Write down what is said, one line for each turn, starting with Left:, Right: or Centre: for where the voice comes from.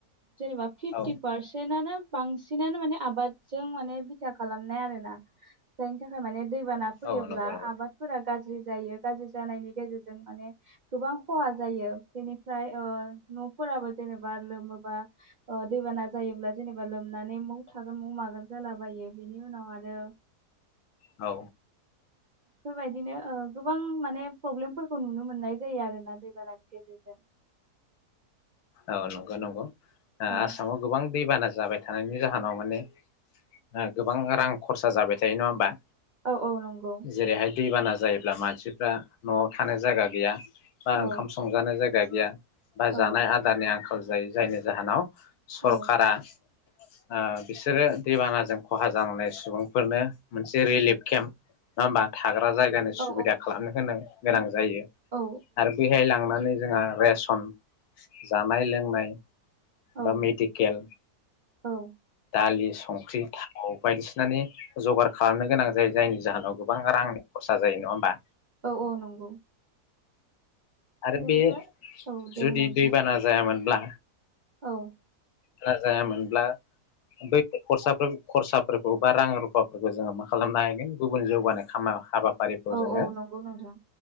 Right: जेनेबा फिफटि
Left: औ
Right: पारसेनानो बांसि सिनानो माने आबादजों माने बिथा खालामनाय आरो ना जायनि थाखाय माने दैबाना फैयोब्ला
Left: औ नंगौ नंगौ
Right: आबादफोरा गाजि जि जायो गारजि जानायनि गेजेरजों माने गोबां खहा जायो बेनिफ्राय ओ न'फोराबो जेनेबा लोमोबा ओ दैबाना जायोब्ला जेनेबा लोम नानै मौ थागोन मौ मागोन जालाबायो बेनि उनाव आरो
Left: औ।
Right: फोरबायदिनो ओ गोबां माने प्रब्लेमफोरखौ नुनो मोन्नाय जायो आरोना दैबानानि गेजेरजों।
Left: औ नंगौ नंगौ। ओ
Right: औ
Left: आसामाव गोबां दैबाना जाबाय थानायनि जाहोनाव माने ओ गोबां रां खरसा जाबाय थायो नङा होमबा?
Right: औ औ नंगौ।
Left: जेरैहाय दैबाना जायोब्ला मानसिफ्रा न'आव थानो जायगा गैया। बा
Right: औ
Left: ओंखाम संजानो जाय गा गैया। बा
Right: औ
Left: जानाय आ आंखाल जायो जायनि जाहोनाव सरकारा
Right: औ
Left: ओ बिसोरो दैबानाजों खहा जनाय सुबुंफोरनो मोनसे रिलिफ केम्प नङा होमबा था ग्रा जायगानि सुबिदा
Right: औ
Left: खालामनो होनां गोनां जायो
Right: औ
Left: आरो बेहाय लांनानै जोंहा रेसन जानाय लोंनाय।
Right: औ
Left: बा मेडिकेल
Right: औ
Left: दालि संख्रि थाव बायदिसिनानि जगार खालामनो गोनां जायो जायनि जाहोनाव गोबां रांनि खरसा जायो नङा होमबा।
Right: औ औ नंगौ।
Left: आरो
Right: बेनिफ्राय
Left: बे
Right: औ दे
Left: जुदि
Right: बुंलाय नोंथां
Left: दैबाना जायामोनब्ला
Right: औ।
Left: नाजायामोनब्ला बै खरसा खरसाफोरखौ बा रां रुफाफोरखौ जोङो मा खालामनो हागोन गुबुन जौगानाय हाबा आरि
Right: औ
Left: जोङो
Right: औ नंगौ नोंथां